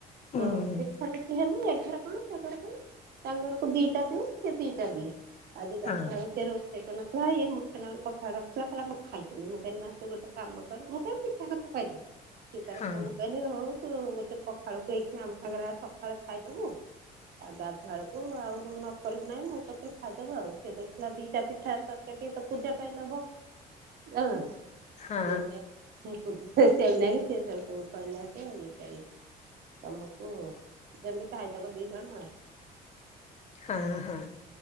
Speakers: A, on the left (about 40°); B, on the right (about 65°).
A: ହୁଁ
B: ଓହୋ,
A: ହୁଁ
B: ପିଠା ପି ଠି ହେଲେ ଏ ଘର କଣ ସେ ଘରେ କଣ ତାଙ୍କ ଘରକୁ ଦିଟା ଦିଉ ସେ ଦିଟା ଦିଏ। ଆଜି ଗାଧୁଆଳେ
A: ହଁ
B: ସେ ରୋଷେଇ କରିନଥିଲା ଇଏ ମୁଠେ ନାକୁରୁ ପଖାଳ ରଖିଥିଲା କଇଲା ମୁଁ ଖାଇଦେ, ମୁଁ ମୁଠେ ନା ତୁ ଗୋଟେ କାମ କର, ମୁଁ ତାକୁ ପିଠା କଥା କହିଲି ସିଏ ତାର
A: ହଁ
B: ଅ, ମୁଁ କହିଲି ହଉ ତୁ ଗୋ ସେ ପଖାଳ କୁ ଏଇଖିଣା ଆମ ସାଙ୍ଗରେ ଆ ସଖାଳେ ଖାଇଦବୁ। ଆଉ ଗାଧୁଆଳକୁ ଆଉ ତୁ ନ କରିବୁ ନାହିଁ, ମୁଁ କତିରୁ ଖାଇଦବୁ ଆଉ। ସିଏ ଦେଖିଲା ଦିଟା ପିଠା ତରକାରୀ ଟିକେ ତ ପୂଜା ପାଇଁ ଦବ ଜାଣିଲ ନା।
A: ହଁ
B: ହେନେ ମୁଁ ଖୋଜୁଥିଲି ସେ ନାଇକି ସିଏ ସେଉଟୁ କହିଲା ଯେ <inaudible> ତୋମକୁ ଯେମିତି ଖାଇଦବ ଦି ଜଣ ଆଉ।
A: ହଁ, ହଁ।